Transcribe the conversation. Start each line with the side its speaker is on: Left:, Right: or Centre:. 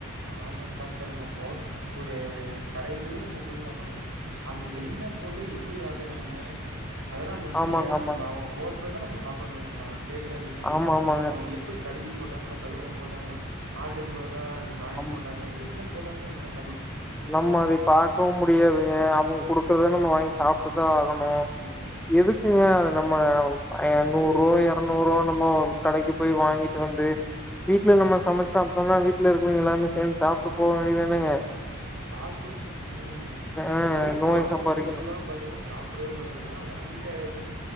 Right: ஆமான்பா இப்ப நம்ம ஹோட் ஒரு அ கடையிலே நம்ம போய் சாப்புனாலு அங்க என்ன போட்டு எப்டி ஆக்குறாங்க அதெல்லா நம்ளுக்கு
Centre: ஆமாங்க
Right: தெரியாது நண்பா
Centre: ஆமாங்க
Right: அவங்க போற இததா நம்ம சாப்புட்ணு நண்பா டேஸ்டா இருக்குன் சொல்லிட்டு
Centre: ஆமா ஆமாங்க
Right: அவங்க எப்டி கழுவி போட்டாங்களா கழுவாம போட்டாங்களா ஆட்டுக்கு பதுலா நாய
Centre: அம்
Right: போட்டாங்களா என்ன போட்டாங்கனு நம்லா
Centre: நம்ம அதை பாக்கவு முடியாதுங்க அவுங்க குடுக் குத நம்ம வாங்கி சாப் ட்டு தா ஆகணு
Right: ம்.
Centre: எதுக்குங்க அது நம்ம பய நூரூவா எரநூறுவா அந்த மா கடைக்கி போய் வாங்கிட்டு வந்து வீட்ல இந்த மார் சமச் சாப்டோம்னா வீட்ல இருக்குறவங் எல்லார்மே சேந்து சாப்ட்டு போ வேண்டிதானங்க
Right: ஃபாஸ்ட் ம்
Centre: ஆ
Right: அது ஃபாஸ்ட்
Centre: நோய் சம்பாரிக்கணு
Right: ஃபுட்லா பாத்திங்கனா சாப்டவே கூடாதுங்க அது அடிக்ட் ஆயாச்சுனா